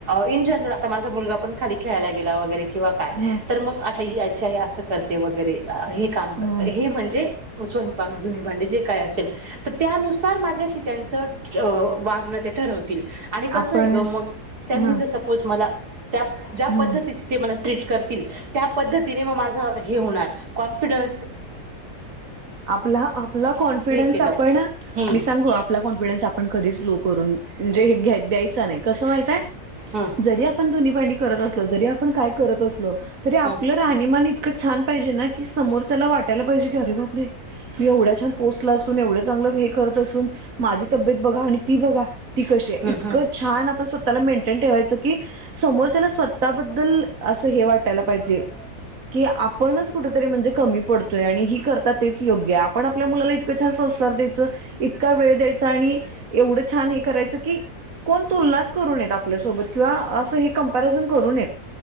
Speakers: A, on the right; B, on the right.
A: इन जनरल आता माझा मुलगा पण खाली खेळायला गेला वगैरे किंवा काय,
B: हम्म
A: तर मग अशा यायची आई असं काम करते वगैरे हे काम
B: हम्म
A: हे म्हणजे स्वयंपाक धुणी भांडे जे काय असेल. तर त्यानुसार माझ्या त्यांच्याशी वागणं ते ठरवतील आणि कसं
B: आपण
A: हे ग मग त्यांनी
B: हा
A: जर सपोज मला त्या ज्या
B: हम्म
A: पद्धती, ते मला ट्रीट करते. त्या पद्तीने मा होणार कनफिडन
B: आपला आपला कॉन्फिडन्स
A: केलं
B: आपण
A: हम्म
B: मी सांगू कॉन्फिडन्स आपण कधीच लो करून म्हणजे घ द्यायच नाही कस माहितीये
A: हा
B: आपण धुणी भांडी करत असल जरी आपण काय करत असलोरी आपल
A: हा
B: राहणीमान इतकं छान पाहिजे ना की समोरच्याला वाटायला पाहिजे की अरे बा अरे मी एवढ्या छान पोस्टला असून एवढं चांगलं हे करत असून माझी तब्येत बघा आणि ती बघा ती कशी आहे,
A: हम्म
B: इतकं
A: हम्म
B: छान आपण स्वतःला मेंटेन ठेवायचं की समोरच्याला स्वतःबद्दल अस हे वाटायला पाहिजे. की आपणच कुठेतरी म्हणजे कमी पडतोय आणि ही करत तेच योग्यआहे. आपण आपल्या मुलाला इतक छान संस्कार द्यायचं, इतका वेळ द्यायचं आणि एवढं छान हे करायच की कोण तुलनाच करून येत आपल्यासोबत किंवा असं कॅम्परिजन करू नये.